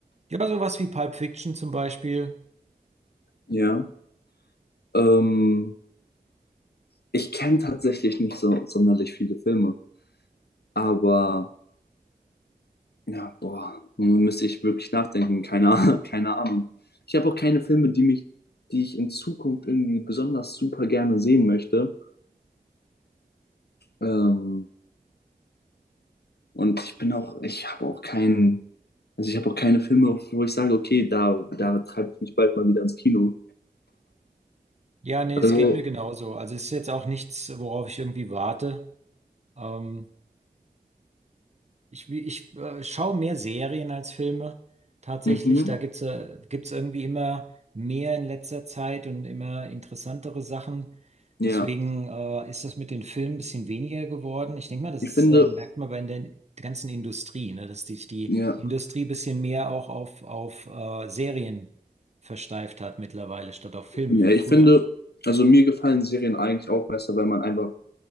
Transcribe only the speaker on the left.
Ja. Ähm, ich kenne tatsächlich nicht so sonderlich viele Filme, aber Ja, boah, nun müsste ich wirklich nachdenken. Keine, Ah- <laughs> keine Ahnung. Ich habe auch keine Filme, die mich, die ich in Zukunft irgendwie besonders super gerne sehen möchte. Ähm, und ich bin auch, ich habe auch keinen, also ich habe auch keine Filme, wo ich sage, okay, da, da treibt mich bald mal wieder ins Kino.
Also,
mhm,
ja,
ich
finde,
ja,
ja,
ich
finde, also mir gefallen Serien eigentlich auch besser, wenn man einfach